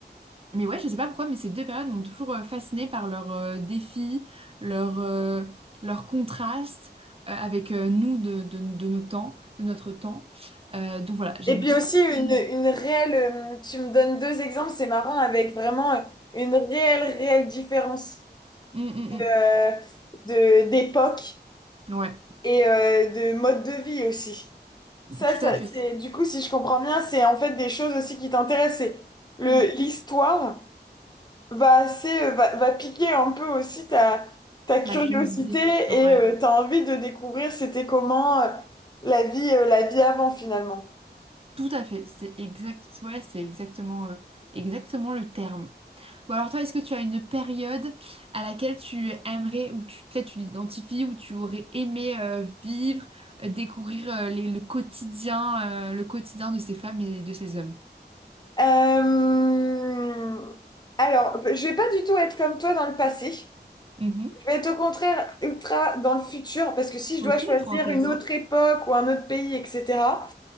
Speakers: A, on the right; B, on the left.
A: mais ouais, je sais pas pourquoi, mais ces deux périodes m'ont toujours euh, fascinée par leurs euh, défis, leurs euh, leurs contrastes euh, avec euh, nous de, de, de nos temps, de notre temps. Euh, donc voilà, j'aime
B: Et puis
A: beaucoup
B: aussi
A: ces...
B: une, une réelle, euh, tu me donnes deux exemples, c'est marrant, avec vraiment euh, une réelle, réelle différence
A: Hum, hum,
B: de, euh, de- d'époque
A: hum. Ouais,
B: et euh, de mode de vie aussi. Ça,
A: tout
B: ça,
A: à fait.
B: c'est, du coup, si je comprends bien, c'est en fait des choses aussi qui t'intéressent. C'est le,
A: Hum.
B: l'histoire. va, assez- euh, va, va piquer un peu aussi ta, ta curiosité
A: La curiosité. Ouais,
B: et euh, t'as envie de découvrir c'était comment euh, la vie, euh, la vie avant finalement.
A: tout à fait. C'est exact... ouais, c'est exactement, euh, exactement le terme. Bon alors toi, est-ce que tu as une période à laquelle tu aimerais, ou tu, peut-être tu l'identifies, ou tu aurais aimé euh, vivre, euh, découvrir euh, les- le quotidien, euh, le quotidien de ces femmes et de ces hommes?
B: Euh, Alors, je vais pas du tout être comme toi dans le passé.
A: Mhm.
B: Je vais être au contraire ultra dans le futur parce que si je
A: Ok,
B: dois choisir
A: trop intéressant.
B: une autre époque ou un autre pays, etc.,